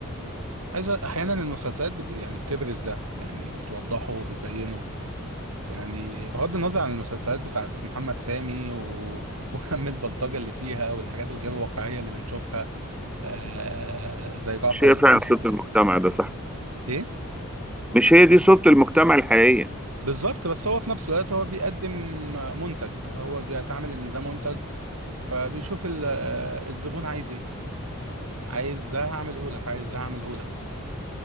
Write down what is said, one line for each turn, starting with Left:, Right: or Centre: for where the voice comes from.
Right: عايز أقول- احيانا المسلسلات بت... يعني بتبرز ده يعني بتوضحه وبتبينه يعني بغض النظر عن المسلسلات بتاعت محمد سامي و... <laughs> وهم البلطجة اللي فيها والحاجات الغير واقعية اللي بنشوفها آه زي جعفر
Centre: مش هي
Right: العمدة
Centre: فعلا صوت المجتمع ده صح
Right: ايه
Centre: مش هي دي صوت المجتمع الحقيقيه
Right: بالظبط بس هو في نفس الوقت هو بيقدم منتج هو بيتعامل ان ده منتج فبيشوف ال- آه، الزبون عايز ايه عايز ده هعمله لك عايز ده هعمله لك